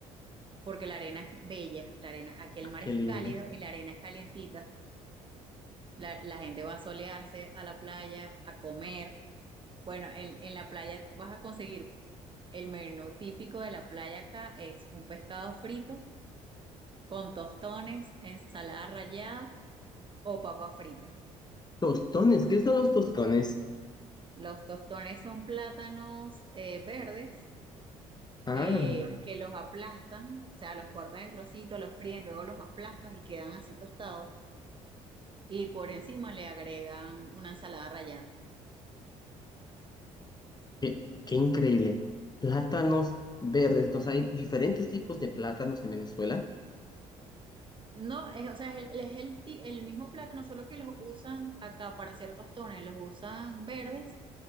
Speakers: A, on the right; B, on the left.
A: porque la arena es bella, la arena, aquí el
B: Ah,
A: mar
B: Qué
A: es
B: lindo.
A: cálido y la arena es calientita. La, la gente va a solearse a la playa, a comer. Bueno, en, en la playa vas a conseguir el menú típico de la playa acá es un pescado frito con tostones, ensalada rallada o papas fritas.
B: Tostones, ¿qué son los tostones?
A: Los tostones son plátanos eh, verdes
B: Ah,
A: eh, que los aplastan, o sea, los cortan en trocitos, los fríen, luego los aplastan y quedan así tostados. Y por encima le agregan una ensalada rallada.
B: qué, qué increíble. Plátanos verdes, entonces hay diferentes tipos de plátanos en Venezuela.
A: No, es, o sea, es, el, es el, ti- el mismo plátano, solo que los usan acá para hacer tostones, los usan verdes